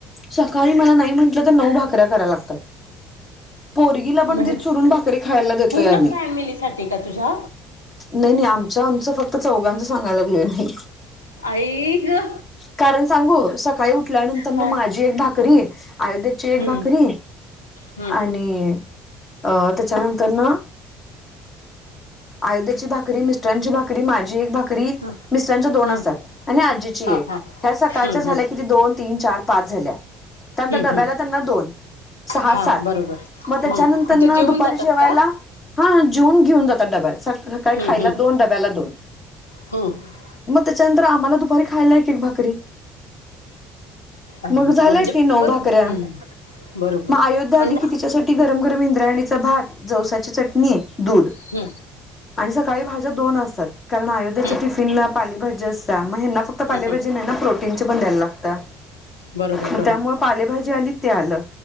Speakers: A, on the left; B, on the left.
A: सकाळी मला नाही म्हंटलं तर नऊ भाकऱ्या कराय लागतात पोरगीला
B: म्हणजे
A: पण ती चुरून भाकरी खायला देतोय
B: पूर्ण
A: आम्ही.
B: फॅमिलीसाठी का तुझ्या?
A: नय नय आमच्या आमचं फक्त चौघांचं सगयला लागलोय मी
B: आई ग
A: कारण सांगू सकाळी उठल्यानंतर न
B: हा
A: माझी एक भाकरी अयोध्याची एक
B: हम्म
A: भाकरी
B: हम्म
A: आणि अ त्याच्या नंतर न अयोध्याची भाकरी मिस्टरांची भाकरी माझी एक भाकरी भाकरी
B: हम्म
A: मिस्टरांच्या दोन
B: हम्म
A: असत्यात आणि आजीचे
B: हा
A: एक
B: हा हम्म
A: ह्या सकाळच्या झाल्या
B: हम्म
A: किती दोन तीन चार पाच झाल्या त्यानंतर
B: हम्म
A: डब्याला
B: हम्म
A: त्यांना दोन सहा
B: हा
A: सात
B: बरोबर हम्म
A: मग त्याच्यानंतर
B: ते जेवून
A: दुपारी
B: जातात
A: जेवायला
B: का?
A: हा जेवून घेऊन जातो <inaudible> डबा आहे सकाळी
B: हम्म
A: खायला
B: हम्म
A: दोन डब्याला दोन.
B: हम्म
A: मग त्याच्यानंतर आम्हाला दुपारी खायला एक एक भाकरी
B: अगदीच
A: मग झालं
B: म्हणजे
A: की नऊ
B: बरोबर
A: भाकऱ्या
B: हम्म बरोबर
A: मग अयोध्या आली
B: आणि
A: की
B: हम्म
A: तिच्यासाठी गरम गरम इंद्रायणीचा भात जवसाची चटणी दूध
B: हम
A: आणि सकाळी भाज्या दोन असतात. कारण अयोध्याच्या
B: हम्म
A: टिफिनला पालेभाजी असत्या मग हेना फक्त
B: हम्म
A: पालेभाजी
B: हम्म
A: प्रोटीनच पण द्यायला लागत्या
B: बरोबर
A: म
B: बरोबर
A: त्यामूळ पालेभाजी आणि ते आलं